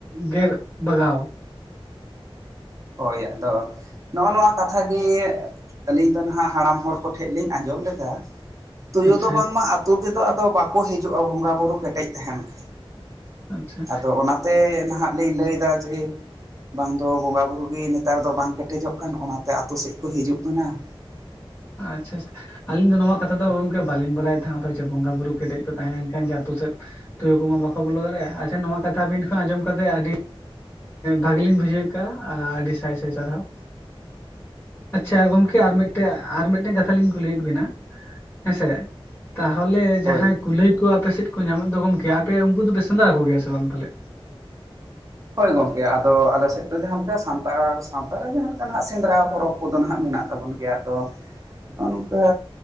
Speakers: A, on the left; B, on the right.
A: ᱜᱮᱨ ᱵᱟᱜᱟᱣ ᱾
B: ᱦᱳᱭ ᱟᱫᱚ ᱱᱚᱜᱼᱚ ᱱᱚᱣᱟ ᱠᱟᱛᱷᱟ ᱜᱮ ᱟᱹᱞᱤᱧ ᱫᱚ ᱱᱟᱦᱟᱸᱜ ᱦᱟᱲᱟᱢ ᱦᱚᱲ ᱠᱚᱴᱷᱮᱱ ᱞᱤᱧ ᱟᱸᱡᱚᱢ ᱞᱮᱫᱟ, ᱛᱳᱭᱳ
A: ᱟᱪᱪᱷᱟ
B: ᱫᱚ ᱵᱟᱝᱢᱟ ᱟᱹᱛᱩ ᱛᱮᱫᱚ ᱵᱟᱠᱚ ᱦᱤᱡᱩᱜᱼᱟ ᱵᱚᱸᱜᱟᱼᱵᱩᱨᱩ ᱠᱮᱴᱮᱡ ᱛᱟᱦᱮᱱ ᱠᱷᱟᱡ,
A: ᱟᱪᱪᱷᱟ
B: ᱟᱫᱚ ᱚᱱᱟᱛᱮ ᱱᱟᱦᱟᱸᱜ ᱞᱤᱧ ᱞᱟᱹᱭᱫᱟ ᱡᱮ ᱵᱟᱝ ᱫᱚ ᱵᱚᱸᱜᱟ ᱵᱩᱨᱩ ᱜᱮ ᱱᱮᱛᱟᱨ ᱫᱚ ᱵᱟᱝ ᱠᱮᱴᱮᱡᱚᱜ ᱠᱟᱱ ᱚᱱᱟᱛᱮ ᱟᱛᱳ ᱥᱮᱡ ᱠᱚ ᱦᱤᱡᱩᱜ ᱠᱟᱱᱟ ᱾
A: ᱟᱪᱪᱷᱟ ᱟᱪᱷᱷᱟ ᱾ ᱟᱞᱤᱧ ᱫᱚ ᱱᱚᱣᱟ ᱠᱟᱛᱷᱟ ᱫᱚ ᱜᱚᱝᱠᱮ ᱵᱟᱹᱞᱤᱧ ᱵᱟᱲᱟᱭᱮᱫ ᱛᱟᱦᱮᱸᱜᱟ ᱡᱮ ᱵᱚᱸᱜᱟ ᱵᱩᱨᱩ ᱠᱮᱴᱮᱡ ᱠᱚ ᱛᱟᱦᱮᱸ ᱞᱮᱱᱠᱷᱟᱱ ᱡᱮ ᱟᱹᱛᱩ ᱥᱮᱫ ᱛᱩᱭᱩ ᱠᱚᱢᱟ ᱵᱟᱠᱚ ᱵᱚᱞᱚ ᱫᱟᱲᱮᱭᱟᱜᱼᱟ, ᱟᱪᱷᱟ ᱱᱚᱣᱟ ᱠᱟᱛᱷᱟ ᱟᱵᱤᱱᱷ ᱟᱸᱡᱚᱢ ᱠᱟᱛᱮᱫ ᱟᱹᱰᱤ ᱵᱷᱟᱜᱞᱤᱧ ᱵᱩᱡᱷᱟᱹᱣ ᱠᱮᱟᱜ ᱟᱹᱰᱤ ᱥᱟᱭ ᱥᱟᱭ ᱥᱟᱨᱦᱟᱹᱣ᱾ ᱟᱪᱪᱷᱟ ᱜᱚᱢᱠᱮ ᱟᱨ ᱢᱤᱫᱴᱮᱱ ᱟᱨ ᱢᱤᱫᱴᱮᱱ ᱠᱟᱛᱷᱟ ᱞᱤᱧ ᱠᱩᱞᱤᱭᱮᱫ ᱵᱤᱱᱟ ᱦᱮᱸᱥᱮ ᱛᱟᱦᱚᱞᱮ
B: ᱦᱳᱭ
A: ᱡᱟᱦᱟᱸᱭ ᱠᱩᱞᱟᱹᱭ ᱠᱚ ᱟᱯᱮ ᱥᱮᱫ ᱠᱚ ᱧᱟᱢᱚ ᱫᱚ ᱜᱚᱢᱠᱮ ᱟᱯᱮ ᱩᱱᱠᱩ ᱫᱚᱯᱮ ᱥᱮᱸᱫᱽᱨᱟ ᱠᱚ ᱜᱮᱭᱟ ᱥᱮ ᱵᱟᱝ ᱛᱟᱦᱟᱞᱮ?
B: ᱦᱳᱭ ᱜᱚᱝᱠᱮ ᱟᱫᱚ ᱟᱞᱮ ᱥᱮᱫ ᱫᱚ ᱡᱟᱦᱟᱸ ᱞᱮᱠᱟ ᱥᱟᱱᱛᱟᱲ ᱥᱟᱶᱛᱟᱨᱮ ᱡᱟᱦᱟᱸ ᱞᱮᱠᱟ ᱱᱟᱸᱜ ᱥᱮᱸᱫᱽᱨᱟ ᱯᱚᱨᱚᱵᱽ ᱠᱚᱫᱚ ᱦᱟᱸᱜ ᱢᱮᱱᱟᱜ ᱛᱟᱵᱚᱱᱟ ᱜᱮᱭᱟ ᱛᱚ ᱱᱚᱜᱼᱱᱚᱝᱠᱟ